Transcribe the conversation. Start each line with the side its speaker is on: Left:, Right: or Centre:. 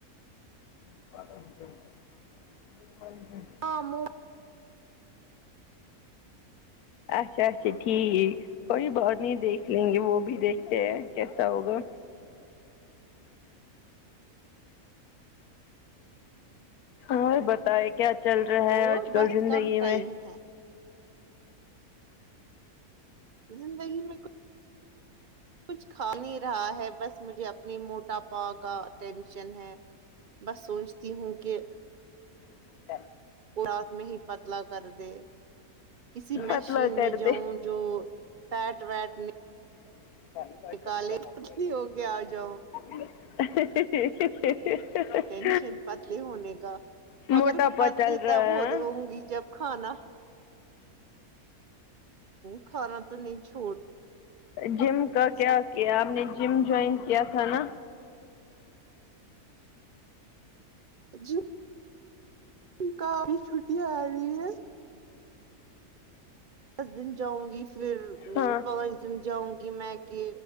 Left: <inaudible>
Right: ہاں منہ
Left: اچھا اچھا ٹھیک کوئی بات نہیں دیکھ لیں گے وہ بھی دیکھتے ہیں کیسا ہوگا اور بتائے کیا چل رہا ہے
Right: اور
Left: آج کل
Right: بس
Left: زندگی
Right: کم ٹائم
Left: میں
Right: ہے زندگی میں کچھ کچھ کھا نہیں رہا ہے بس مجھے اپنے موٹاپا کا ٹینشن ہے بس سوچتی ہوں کہ
Left: <inaudible>
Right: رات میں ہی پتلا کر دے کسی مشین
Left: پتلا کر
Right: میں جاؤں
Left: دے
Right: جو فیٹ ویٹ
Left: ہے۔
Right: نکالے
Left: ہے
Right: پتلی
Left: ہے۔
Right: ہو کے آ جاؤں
Left: ہے۔ ہے۔ ہے۔
Right: مشین پتلے ہونے کا
Left: موٹاپا
Right: مگر پتلے
Left: چل رہا
Right: تب ہو
Left: ہے
Right: ہوں گی جب کھانا کھانا تو نہیں چھوڑ
Left: جم کا کیا
Right: سکتا
Left: کیا آپ نے جم جوائن کیا تھا نا
Right: جم کا ابھی چھٹیاں آ رہی ہے دس دن جاؤں گی پھر
Left: ہاں
Right: پانچ جم جاؤں گی میں کہ